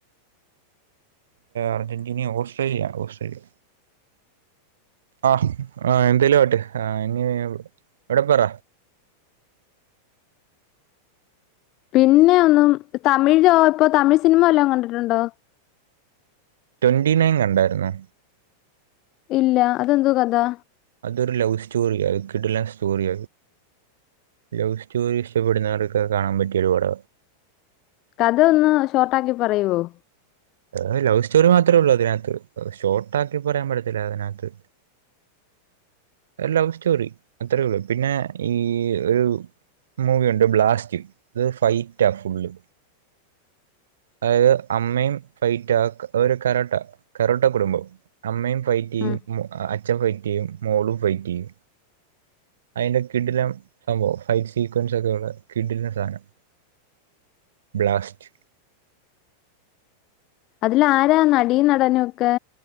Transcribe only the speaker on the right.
അർജന്റീന ഓസ്ട്രേലിയ ഓസ്ട്രേലിയ ആ ആ എന്തേലും ആട്ടെ ഇനി എവിടെ പറ
ട്വന്റി നൈൻ കണ്ടായിരുന്നോ
അതൊരു ലവ് സ്റ്റോറി അത് കിടില സ്റ്റേറി ലവ് സ്റ്റോറി ഇഷ്ടപ്പെടുന്നവർക്ക് കാണാൻ പറ്റിയ ഒരു പട
ഏ ലവ് സ്റ്റോറി മാത്രേ ഉള്ളൂ അതിനകത്ത് ഷോർട്ട് ആക്കി പറയാൻ പറ്റത്തില്ല അതിനകത്ത് ലവ് സ്റ്റോറി അത്രേയ ഉള്ളൂ പിന്നെ ഈ ഒരു മൂവി യുണ്ട് ബ്ലാസ്റ്റ് അത് ഫൈറ്റാ ഫുള്ള് അതായത് അമ്മയും ഫൈറ്റ് ആ ഒരു കരോട്ട കരോട്ട കുടുംബം അമ്മയും ഫെറ്റ് ചെയ്യും
അച- അച്ഛൻപ ഫയിറ്റ് ചെയും മോളും ഫയിറ്റ ചെയും അയിന്റെ- കിടിലം സംഭവം ഫൈറ്റ് സീക്വൻസ് ഒക്കെയള്ള കിടിലംന സധനം ബ്ലാസ്റ്റ്